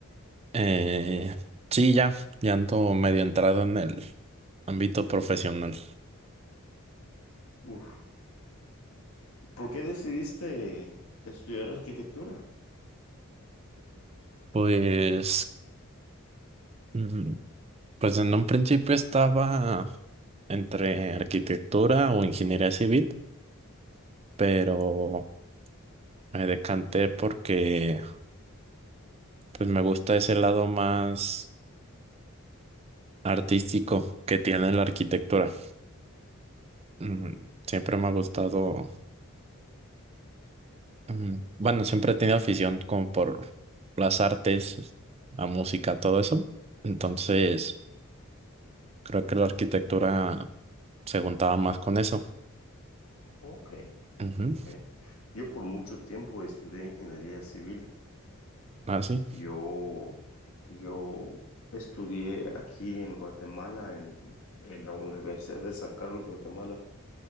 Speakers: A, on the right (about 30°); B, on the left (about 80°).
A: Eh, sí, ya, ya ando medio entrado en el ámbito profesional.
B: Uf, ¿por qué decidiste estudiar arquitectura?
A: Pues, mm, pues en un principio estaba entre arquitectura o ingeniería civil, pero Me decanté porque pues me gusta ese lado más artístico que tiene la arquitectura. Mm,
B: Mm,
A: Siempre me ha gustado, mm, bueno, siempre he tenido afición como por las artes, la música, todo eso. Entonces, creo que la arquitectura se juntaba más con eso.
B: ok,
A: Ujú.
B: ok. Yo por mucho tiempo estudié ingeniería civil.
A: Ah, sí.
B: Yo, yo estudié aquí en Guatemala, en, en la Universidad de San Carlos, Guatemala,